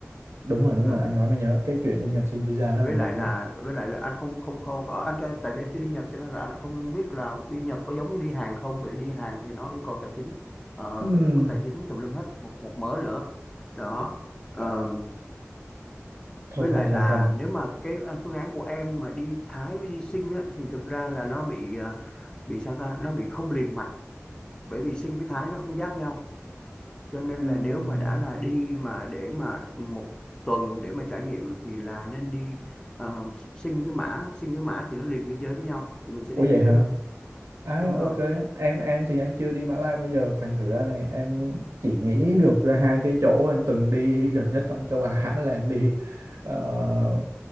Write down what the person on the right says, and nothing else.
đúng rồi đúng
rồi anh nói mới nhớ cái chuyện đi Nhật xin visa nó
lằng
nhằng
lắm
Ừm,
ờ, thôi
thôi
thôi thôi
Ừm,
ủa
vậy
hả
à
ok
em em thì em chưa đi Mã Lai bao giờ thành thử ra là em chỉ nghĩ được ra hai cái chỗ em từng đi gần nhất trong châu Á là em đi ờ,